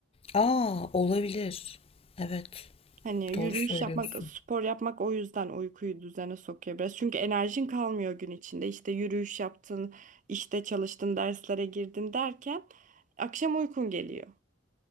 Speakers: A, on the left (about 30°); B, on the right (about 40°).
A: Aa, olabilir. Evet.
B: Hani yürüyüş
A: Doğru söylüyorsun.
B: yapmak, spor yapmak o yüzden uykuyu düzene sokuyor biraz. Çünkü enerjin kalmıyor gün içinde. İşte yürüyüş yaptın, işte çalıştın, derslere girdin derken akşam uykun geliyor.